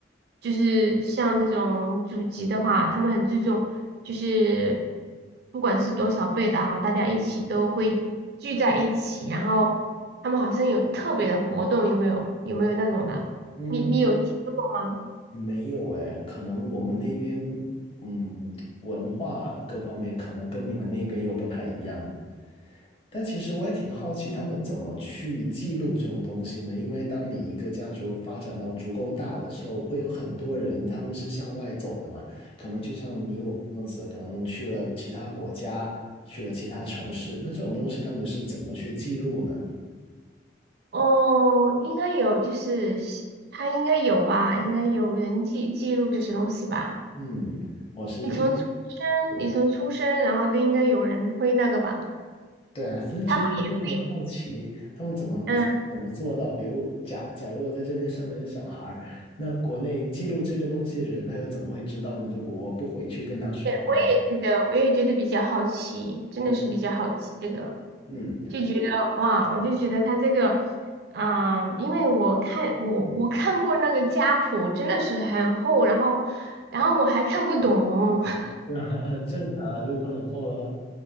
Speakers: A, on the right; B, on the left.
A: 就是像这种祖籍的话，他们很注重，就是不管是多少辈的哈，大家一起都会聚在一起，然后他们好像有特别的活动，有没有？有没有那种的？
B: 嗯，
A: 你你有听说过吗？
B: 没有诶，可能我们那边嗯文化各方面可能跟你们那边又不太一样。但其实我也挺好奇，他们怎么去记录这种东西呢？因为当你一个家族发展到足够大的时候，会有很多人他们是向外走的嘛，可能就像你我这样子，可能去了其他国家，去了其他城市，那这种东西他们是怎么去记录呢？
A: 哦，应该有，就是西他应该有吧，应该有人记记录这些东西吧。
B: 嗯，我是就
A: 你从出生，你从出生，然后就应该有人会那个吧。
B: 对啊，但其实我就很好奇，
A: 他们也会，
B: 他们怎么怎怎么做到？
A: 嗯，
B: 比如假假如我在这边生了一个小孩儿那国内记录这个东西的人，他又怎么会知道呢？如果我不回去跟他说的话。
A: 我也觉得，我也觉得比较好奇，真的是比较好奇这个，
B: 对，嗯，
A: 就觉得哇，我就觉得他这个，啊、因为我看我我看过那个家谱，真的是很厚，然后然后我还看不懂。<laughs>
B: <laughs> 很正常啊，如果很厚的话，